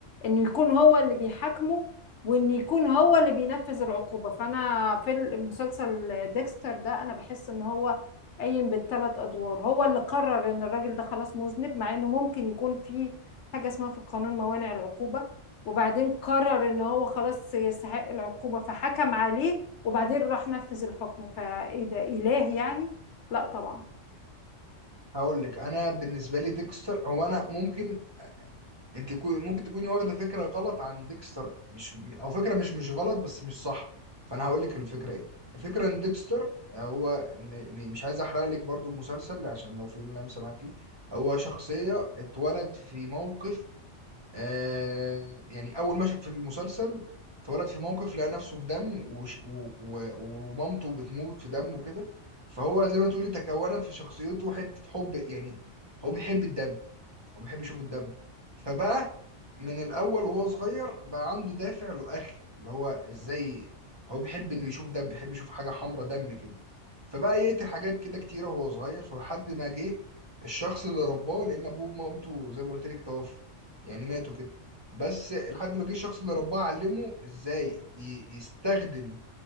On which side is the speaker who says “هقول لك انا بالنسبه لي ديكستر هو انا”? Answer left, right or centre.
Right